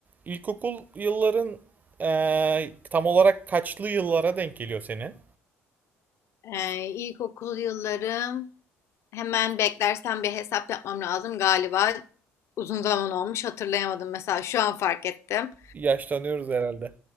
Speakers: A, on the right (about 30°); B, on the left (about 60°).
A: İlkokul yılların eee, tam olarak kaçlı yıllara denk geliyor senin?
B: Ee, ilkokul yıllarım hemen beklersen bir hesap yapmam lazım galiba. Uzun zaman olmuş hatırlayamadım mesela şu an fark ettim.
A: Yaşlanıyoruz herhalde.